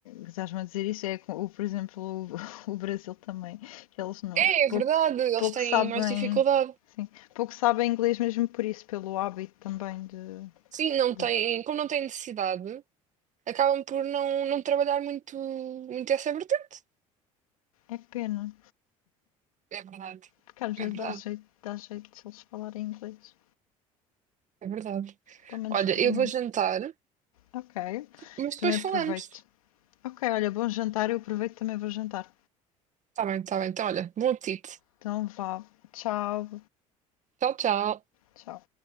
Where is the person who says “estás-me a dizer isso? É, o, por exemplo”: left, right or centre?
Left